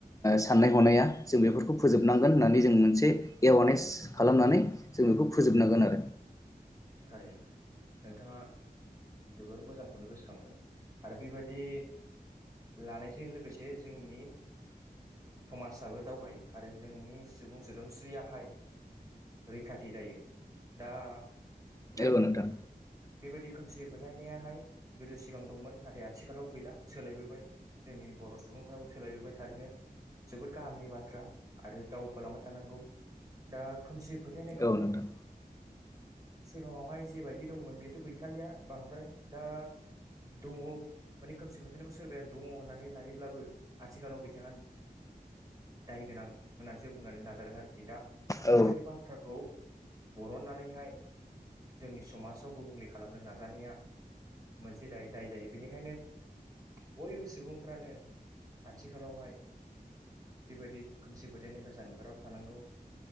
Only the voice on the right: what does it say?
थारैनो नोंथाङा जोबोर मोजांखौनो गोसोखांदों आरो बेबादि लानायजों लोगोसे जोंनि समाजाबो दावगायो आरो जोंनि सुबुं सोदोमस्रियाहाय रैखाथि जायो दा थारैनो
बेबायदि खोमसि फोथायनायाहाय गोदो सिगां दंमोन नाथाय आथिखालाव गैला सोलायबोबाय जोंनि बर' सुबुंफ्राबो सोलायबोबाय थारैनो जोबोद गाहामनि बाथ्रा आरो दावगालांबाय थानांगौ दा खोमसि फोथायनायखौ
सिगाङावहाय जेबायदि दंमोन बेथ' गैखालिया बांद्राय दा दङ माने खोमसि फोथायनायखौ सोरबाया दङ होननानै लायोब्लाबो आथिखालाव बिथाङा दाय गोनां होननानैसो बुंनानै लाजागोन आरोखि दा बेफोरबायदि
बाथ्राखौ बरननानैहाय जोंनि समाजाव गुबुंले खालामनो नाजानाया मोनसे दायो दाय जायो बेनिखायनो बयबो सुबुंफ्रानो आथिखालावहाय बेबायदि खोमसि फोथायनिफ्राय जानगाराव थानांगौ